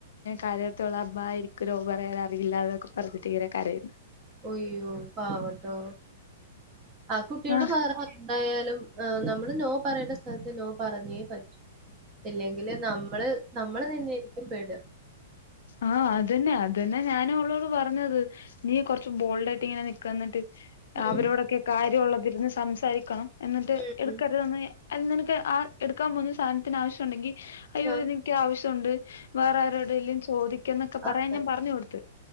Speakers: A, on the left (about 75°); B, on the right (about 25°).
A: കരയത്തിയുള്ളു എനിക്ക് നോ പറയാൻ അറിയില്ല എന്ന് പറഞ്ഞു ങ്ങനെ കരയും
B: ഒയ്യോ പാവട്ടോ ആ കുട്ടിയോട്
A: ആഹ്
B: വേറെ എന്തായാലും ആ നമ്മള് നോ പറയേണ്ട സ്ഥലത്ത് നോ പറഞ്ഞേ പറ്റൂ ഇല്ലെങ്കില് നമ്മള് നമ്മള് തന്നൊയിരിക്കും പേടുക
A: ആഹ് അതന്നെ അതന്നെ ഞാനും ഉള്ളോട് പറഞ്ഞത് നീ കൊറച്ചു ബോൾഡ് ആയിട്ട് ഇങ്ങനെ നിക്ക എന്നിട്ട്
B: ഉം
A: അവരോട് ക്കെ കാര്യമുള്ളള്ളതിന്ന് സംസാരിക്കണം എന്നിട്ട്
B: ഉം
A: എടുക്കരുതന്ന് അ നിനക്ക് ആ എടുക്കാൻ പോകുന്ന സാധനത്തിന് ആവശ്യമുണ്ടെങ്കിൽ അയോദനയ്ക്ക്
B: ആഹ്
A: ആവശ്യമുണ്ട് വേറെ ആരുടെങ്കും ചോദിക്ക എന്നൊക്കെ പറയാൻ
B: അതെ
A: ഞാൻ പറഞ്ഞു കൊടുത്ത്